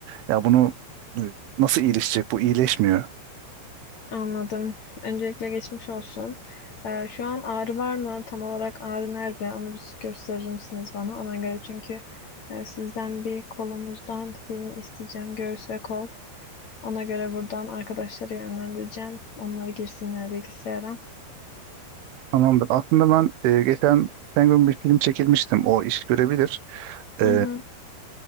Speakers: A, on the right; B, on the left.
A: Ya bunu e, nasıl iyileşecek? Bu iyileşmiyor.
B: Anladım. Öncelikle geçmiş olsun. Ee, şu an ağrı var mı? Tam olarak ağrı nerede? Onu bir gösterir misiniz bana? Ona göre çünkü e, sizden bir kolumuzdan film isteyeceğim. Göğüs ve kol. Ona göre buradan arkadaşları yönlendireceğim. Onları girsinler bilgisayara.
A: Tamamdır. Aslında ben e, geçen geçen gün bir film çekilmiştim. O iş görebilir. E,
B: Hı hı,